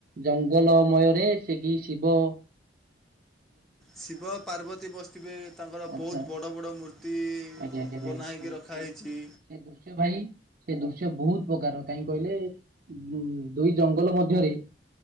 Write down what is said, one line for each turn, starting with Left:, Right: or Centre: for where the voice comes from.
Right: ଜଙ୍ଗଲମୟରେ ସେଠି ଶିବ
Centre: ଶିବ ପାର୍ବତୀ ବସିଥିବେ ତାଙ୍କର
Right: ଆଚ୍ଛା
Centre: ବହୁତ ବଡ଼ ବଡ଼ ମୂର୍ତ୍ତି।
Right: ଆଜ୍ଞା ଆଜ୍ଞା ଭାଇ
Centre: ବନାହେଇକି
Right: ଭାଇ
Centre: ରଖାହେଇଚି।
Right: ସେ ସେ ଦୃଶ୍ୟ ଭାଇ ସେ ଦୃଶ୍ୟ ବହୁତ ପ୍ରକାର। କାହିଁ କହିଲେ ଉ ଦୁଇ ଜଙ୍ଗଲ ମଧ୍ୟରେ